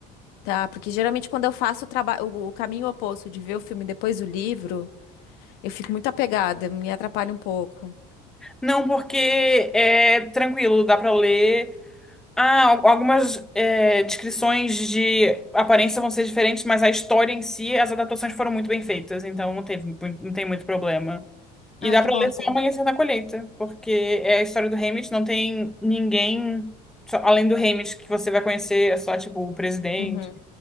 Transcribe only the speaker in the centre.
Não, porque é tranquilo, dá pra ler. Ah, al- algumas é, descrições de aparência vão ser diferentes, mas a história em si, as adaptações foram muito bem feitas, então não teve, mu- não tem muito problema. E
dá
pra
ler
só Amanhecer na Colheita, porque é a história do Haymitch, não tem ninguém só- além do Haymitch que você vai conhecer, é só tipo o presidente.